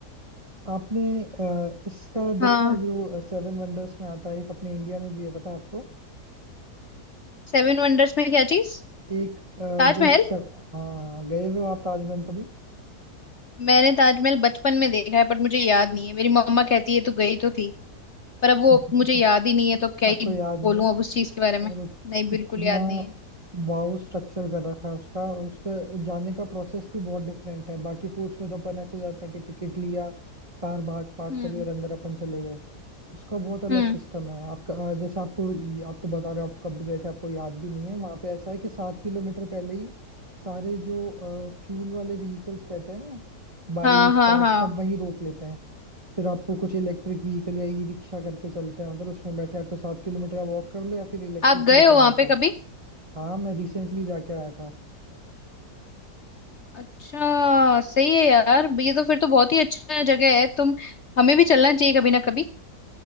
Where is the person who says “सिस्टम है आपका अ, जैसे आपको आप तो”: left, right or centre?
Right